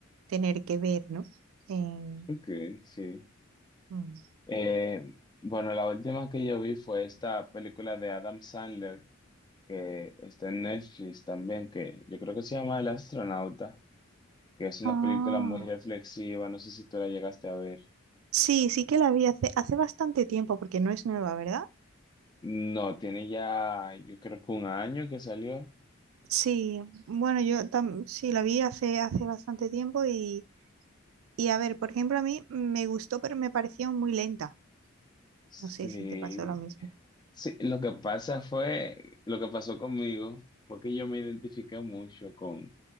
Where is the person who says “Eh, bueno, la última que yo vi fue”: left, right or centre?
Left